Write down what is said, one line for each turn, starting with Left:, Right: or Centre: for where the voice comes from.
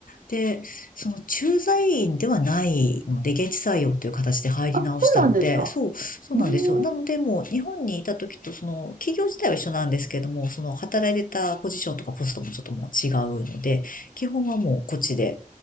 Left: で、その駐在員ではないので、現地採用という形で入り直したので、
Right: あ、そうなんですか。
Left: そう、そうなんですよ。
Right: うん。
Left: なので、もう日本にいた時と、その企業自体は一緒なんですけども、その働いてたポジションとかポストもちょっともう違うので、基本はもうこっちで、